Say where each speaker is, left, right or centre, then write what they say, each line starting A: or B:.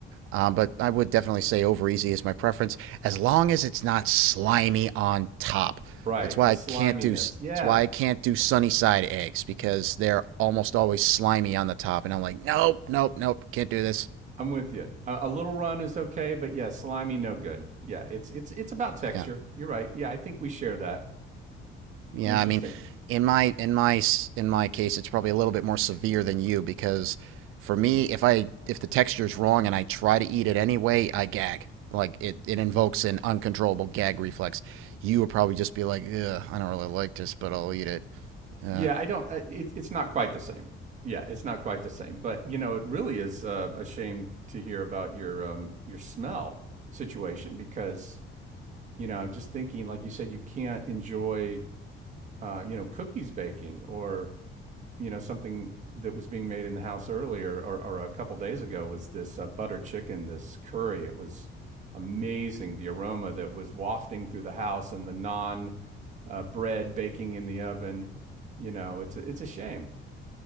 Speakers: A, on the right; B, on the right.
A: Um, but I would definitely say over easy is my preference, as long as it's not slimy on top.
B: Right.
A: That's why
B: The sliminess.
A: I can't do. That's
B: Yeah.
A: why I can't do sunny side eggs because they're almost always slimy on the top, and I'm like, nope, nope, nope, can't do this.
B: I'm with you. A, a little run is okay, but yeah, slimy no good. Yeah, it's it's it's about texture.
A: Yeah,
B: You're right. Yeah, I think we share that.
A: Yeah,
B: Interesting.
A: I mean, in my in my s- in my case, it's probably a little bit more severe than you because for me, if I if the texture's wrong and I try to eat it anyway, I gag. Like it it invokes an uncontrollable gag reflex. You would probably just be like, "Ugh, I don't really like this, but I'll eat it." Uh,
B: Yeah, I don't. uh, It, it's not quite the same. Yeah, it's not quite the same. But you know, it really is uh, a shame to hear about your um, your smell situation because you know I'm just thinking, like you said, you can't enjoy uh, you know cookies baking or you know, something that was being made in the house earlier or, or a couple days ago was this uh, butter chicken, this curry. It was amazing the aroma that was wafting through the house and the non uh, bread baking in the oven. You know, it's a, it's a shame.